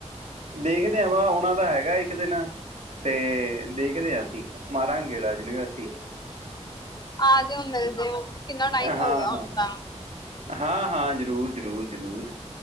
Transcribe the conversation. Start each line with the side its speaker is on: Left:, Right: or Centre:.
Right: ਦੇਖਦੇ ਵਾਂ, ਆਉਣਾ ਤਾਂ ਹੈਗਾ ਇੱਕ ਦਿਨ ਤੇ। ਦੇਖਦੇ ਹਾਂ ਅਸੀਂ, ਮਾਰਾਗੇ ਗੇੜਾ ਯੂਨੀਵਰਸਿਟੀ।
Left: ਆ ਜਾਓ ਮਿਲ ਜਾਇਓ ਕਿੰਨਾ ਟਾਈਮ
Right: ਹਾਂ-ਹਾਂ।
Left: ਹੋ ਗਿਆ ਹੁਣ ਤਾਂ
Right: ਹਾਂ-ਹਾਂ। ਜ਼ਰੂਰ, ਜ਼ਰੂਰ, ਜ਼ਰੂਰ।